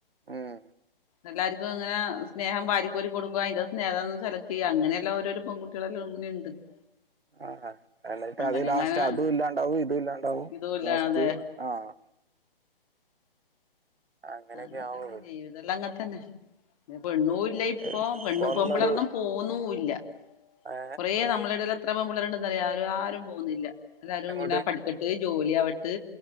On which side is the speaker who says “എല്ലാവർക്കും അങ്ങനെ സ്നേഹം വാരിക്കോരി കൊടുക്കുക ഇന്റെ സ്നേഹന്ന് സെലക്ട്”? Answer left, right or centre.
Left